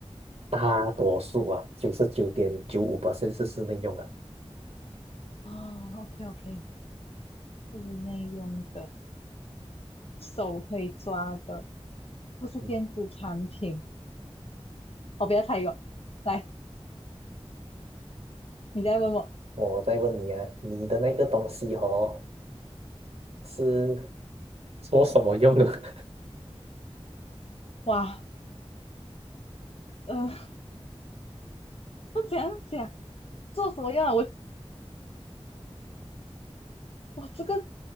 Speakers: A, on the right (about 70°); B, on the left (about 60°).
A: 大多数啊，九十九点九五是室内用的。
B: <laughs> 哦，OK OK，室内用的，手可以抓的。不是电子产品。
A: 嗯，
B: 我不要猜一个，来，你再问我。
A: 我再问你啊，你的那个东西哦，是做什么用的
B: 哇，呃，<laughs> 怎样讲？做什么用啊？我我这个，